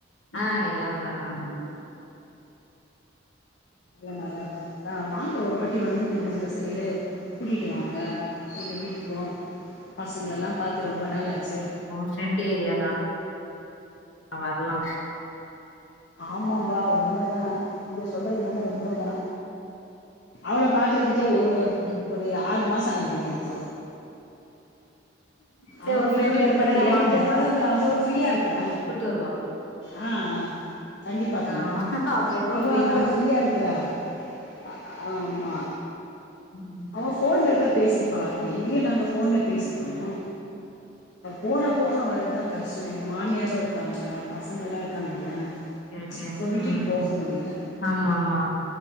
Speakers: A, on the left; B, on the left.
A: ஆ எல்லாரு நல்லாருக்காங்க
B: எல்லா நல்லாருக்காங்க அ வாங்க ஒரு வாட்டி வந்திங்கனா இந்த சைடு கூட்டிட்டு வாங்க எங்க வீட்டுக் கு பசங்களல்லா பாத்து ரொம்ப நாளாச்சு
A: ஃப்ரெண்ட் ஏரியா தா வர்லா
B: ஆமாம்பா உண்மதா நீங்க சொல்றது என்னமோ உண்மதா அவள பாக்குறதுக்கே ஒரு
A: ம்
B: ஒரு ஆறு மாசோ ஆகுது எனக்கு
A: சேரி
B: அவ
A: உங்க
B: வீட்டோட
A: ஃப்ரெண்டு வீட்டுக்கு
B: இருக்கல
A: வந்தா
B: எனக்கு
A: வாங்க
B: அதாவது அவ ஃப்ரீயா இருக்கற
A: கூட்டு வருவா
B: ஆ ஆ கண்டிப்பா கண்டிப்பா
A: ஆமா எப்பவு
B: அவ
A: ஃப்ரீ
B: அங்க
A: தா
B: ஃப்ரீயா இருக்குறா ஆ ஆமா
A: ம்
B: அவ போன்ல தா பேசிப்பா டெய்லியு நாங்க போன்ல பேசிப்போ போற போக வர்துதா கஷ்டோ எனக்கு மாமியாரு இருக்காங்க பசங்கள்லா இருக்காங்க இல்லயா
A: ஓகே ஓகே
B: சோ விட்டுட்டு
A: ம்
B: போக முடில
A: ஆமா ஆமா